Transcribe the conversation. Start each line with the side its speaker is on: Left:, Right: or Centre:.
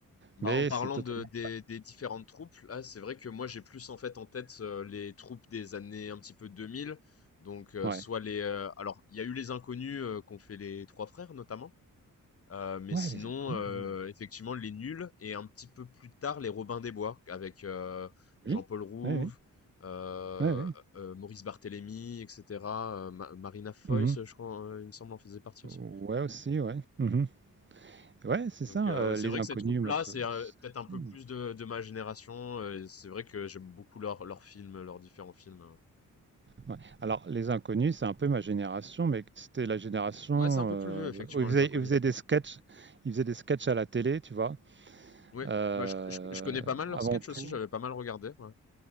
Left: Bah,
Right: Mais
Left: en parlant
Right: c'est totalement.
Left: de des des différentes troupes, là, c'est vrai que moi j'ai plus en fait en tête euh, les troupes des années un petit peu 2000. Donc euh,
Right: Ouais.
Left: soit les euh, alors il y a eu les inconnus euh, qu'ont fait les trois frères notamment, euh, mais
Right: Ouais,
Left: sinon
Right: les inconnus,
Left: euh,
Right: oui.
Left: effectivement les nuls et un petit peu plus tard les Robins des Bois avec euh, Jean-Paul
Right: Oui,
Left: Rouve,
Right: oui, oui.
Left: euh,
Right: Ouais, ouais.
Left: euh, Maurice Barthélémy, etc. euh, Ma- Marina Foïs,
Right: Mhm.
Left: je crois, euh, il me semble en faisait partie
Right: Ouais,
Left: aussi.
Right: aussi, ouais. Mhm. Ouais, c'est
Left: Donc
Right: ça,
Left: euh,
Right: euh,
Left: ouais, c'est
Right: les
Left: vrai
Right: inconnus.
Left: que ces troupes-là,
Right: moi, ça-
Left: c'est euh,
Right: ça-
Left: peut-être un peu
Right: Hmm.
Left: plus de, de ma génération. euh, et c'est vrai que j'aime beaucoup leurs leurs films, leurs différents films. euh.
Right: Ouais. Alors, les inconnus, c'est un peu ma génération, mais c'était la génération
Left: Ouais, c'est un peu
Right: euh,
Left: plus vieux, effectivement,
Right: où ils faisaient,
Left: Les Inconnus.
Right: ils faisaient des sketchs, ils faisaient des sketchs à la télé, tu vois.
Left: Ouais,
Right: Euh,
Left: bah, je, je, je connais pas mal leurs
Right: avant
Left: sketchs
Right: tout,
Left: aussi, j'avais pas mal regardé. Ouais.